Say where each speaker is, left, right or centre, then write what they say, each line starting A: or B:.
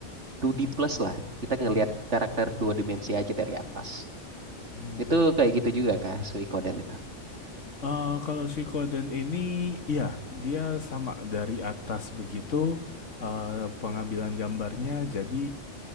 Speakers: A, on the right (about 65°); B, on the left (about 75°).
A: 2D plus lah kita ngelihat karakter dua dimensi aja dari atas
B: Hmm.
A: Itu kayak gitu juga kah Suikoden itu?
B: Eh, kalau Suikoden ini ya dia sama dari atas begitu eh, pengambilan gambarnya jadi